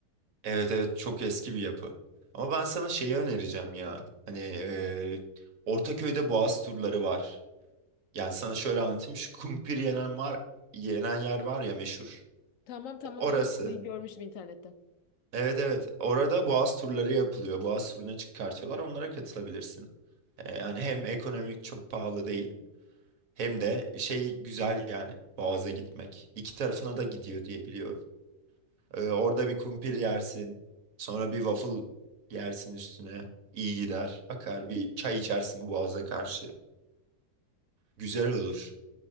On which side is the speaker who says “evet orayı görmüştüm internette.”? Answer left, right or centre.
Left